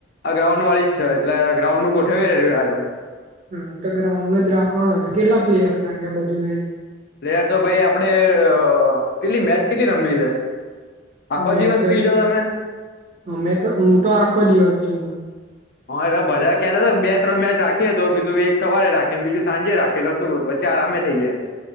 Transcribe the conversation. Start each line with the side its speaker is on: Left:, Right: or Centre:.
Left: આ ગ્રાઉન્ડ વાડી જ છે એટલે ગ્રાઉન્ડ નું ગોઠવી યે રવીવારે.
Right: હમ તો ગ્રાઉન્ડ નુ જ રાખવા નૂને તો કેટલા પ્લેયર થાય અયા બધું થાયને.
Left: પ્લેયર તો ભાઈ આપડે અ કેટલી મેચ કેટલી રમવી છે. આખો
Right: મે
Left: દિવસ
Right: છે
Left: ફ્રી છો તમે
Right: અમે તો હું તો આખો દિવસ છુ.
Left: અલા બધા કેતા હતા બે ત્રણ મેચ રાખી તો કીધું એક સવારે રાખીને બીજું સાંજે રાખેલું વચ્ચે આ રમે. થઈજા.